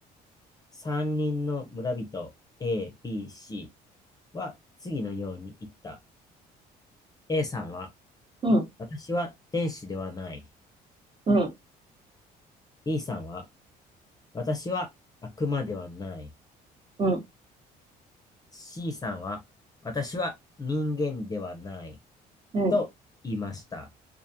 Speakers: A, on the left (about 20°); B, on the right (about 30°).
A: 三人の村人 A、B、C は次のように言った。A さんは、
B: うん。
A: 私は天使ではない。
B: うん。
A: B さんは、私は悪魔ではない。
B: うん。
A: C さんは、私は人間ではない。
B: うん。
A: と言いました。